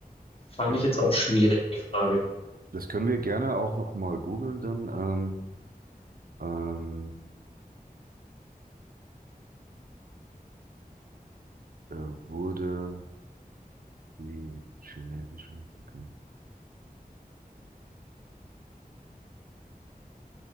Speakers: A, on the left; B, on the right.
A: fand
B: Ja.
A: ich jetzt auch schwierig, die Frage.
B: Das können wir gerne auch noch mal googeln dann. Ähm, ähm, äh, äh, wurde die chinesische... Okay.